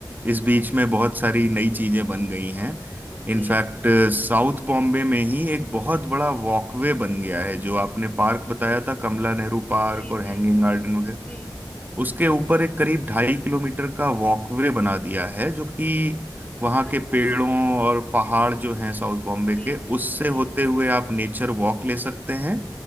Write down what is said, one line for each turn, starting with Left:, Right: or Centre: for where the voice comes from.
Right: इस बीच में बहुत सारी नई चीजें बन गई हैं
Left: ओके
Right: इनफैक्ट साउथ बॉम्बे में ही एक बहुत बड़ा वॉकवे बन गया है जो आपने पार्क बताया था कमला नेहरू पार्क
Left: जी
Right: और
Left: जी
Right: हैंगिंग गार्डन वगैरह
Left: जी
Right: उसके ऊपर एक करीब ढाई किलोमीटर का वॉकवे बना दिया है जो कि वहाँ
Left: अरे
Right: के
Left: वाह
Right: पेड़ों और पहाड़ जो हैं साउथ बॉम्बे
Left: जी
Right: के उससे
Left: जी
Right: होते हुए आप नेचर वॉक ले सकते हैं